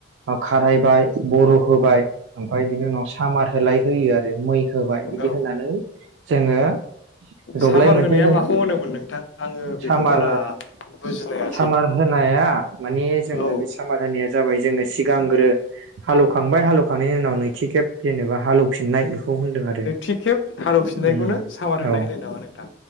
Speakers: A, on the right; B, on the left.
A: खारायबाय बर होबाय ओमफ्राय बिनि उनाव सामार लाय होयो आ मै होबाय बिदि
B: औ
A: होनानै जोङो दब्लाय
B: सामार
A: मोनसे
B: होनाया
A: जों
B: माखौ होनोमोन नोंथां आङो बेखौ
A: सामार
B: बारा बुजिलायासै
A: सामार होनाया माने जोङो
B: औ
A: बे सामार होनाया जाबाय जोङो सिगांग्रो हालेवखांबाय हाल खांनायनि उनाव नैथि खेब जेनबा हालौफिननाय खौ होनदों आरो
B: थि खेब हालौफिननायखौनो
A: उम
B: सामार होनाय
A: औ
B: होनो नामा नोंथां